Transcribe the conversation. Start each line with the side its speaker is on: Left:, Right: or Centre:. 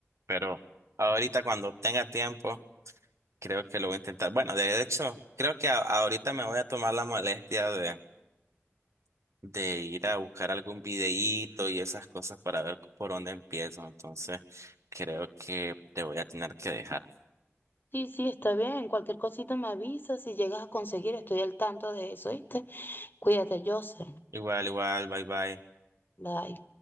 Right: Pero ahorita cuando tenga tiempo, creo que lo voy a intentar. Bueno, de hecho, creo que a- ahorita me voy a tomar la molestia de, de ir a buscar algún videíto y esas cosas para ver por dónde empiezo. Entonces, creo que te voy a tener que dejar.
Left: Sí, sí, está bien. Cualquier cosita me avisas si llegas a conseguir. Estoy al tanto de eso, ¿viste? Cuídate, Joseph.
Right: Igual, igual, bye bye.
Left: Bye.